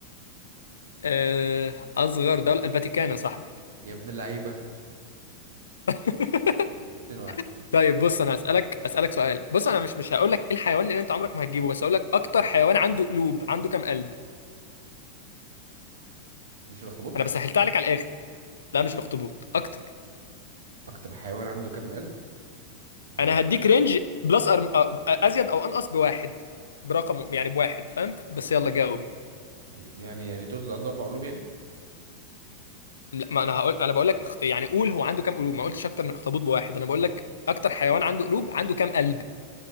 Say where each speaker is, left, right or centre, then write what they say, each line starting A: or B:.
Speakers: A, on the left; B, on the right.
A: آه، أصغر دولة الفاتيكان يا صاحبي
B: يا ابن اللعيبة
A: <laughs>
B: 2 واحد
A: طيب بص أنا أسألك أسألك سؤال بص أنا مش مش هقول لك إيه الحيوان لأن أنت عمرك ما هتجيبه بس هقول لك أكتر حيوان عنده قلوب عنده كام قلب
B: مش الاخطبوط
A: أنا بس سهلت عليك على الآخر لا مش الأخطبوط أكتر
B: اكتر حيوان عنده كم قلب ما
A: أنا
B: هو
A: هديك رينج بلس أر... أ- أزيد أو أنقص بواحد برقم يعني بواحد فاهم بس يلا جاوب
B: يعني يعني تقصد عنده اربع قلوب يعني
A: لا ما انا هقول انا بقول لك اخ- يعني قول هو عنده كام قلوب ما قلتش اكتر من اخطبوط بواحد انا بقول لك اكتر حيوان عنده قلوب عنده كام قلب